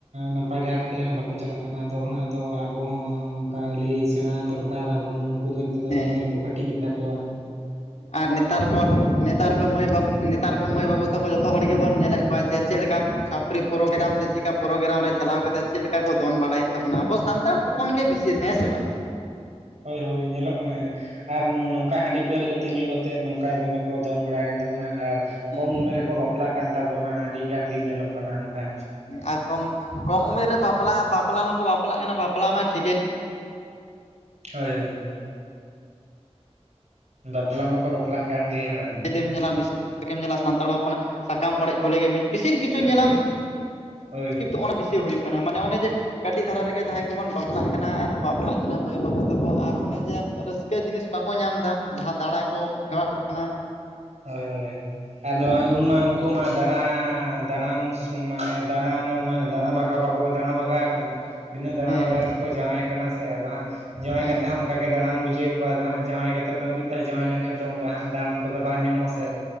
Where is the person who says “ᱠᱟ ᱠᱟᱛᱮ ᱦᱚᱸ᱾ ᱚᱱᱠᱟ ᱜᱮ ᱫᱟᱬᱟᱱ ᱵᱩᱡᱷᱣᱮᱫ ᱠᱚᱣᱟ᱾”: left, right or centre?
Right